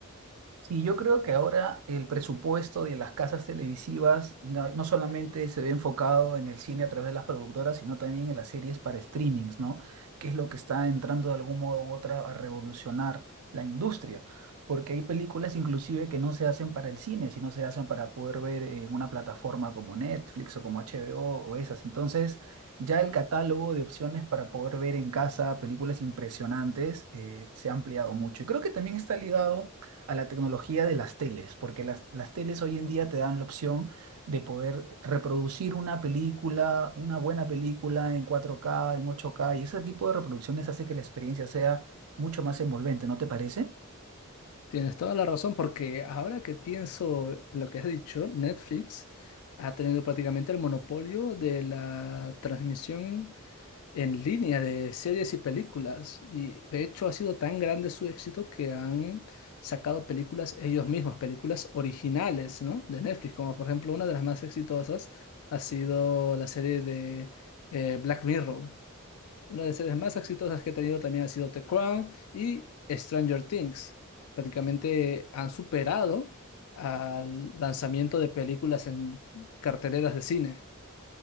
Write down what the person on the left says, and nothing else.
Tienes toda la razón, porque ahora que pienso en lo que has dicho, Netflix ha tenido prácticamente el monopolio de la transmisión en línea de series y películas. Y de hecho ha sido tan grande su éxito que han sacado películas ellos mismos, películas originales, ¿no? De Netflix, como por ejemplo una de las más exitosas ha sido la serie de eh, Black Mirror. Una de las series más exitosas que he tenido también ha sido The Crown y Stranger Things. Prácticamente han superado al lanzamiento de películas en carteleras de cine.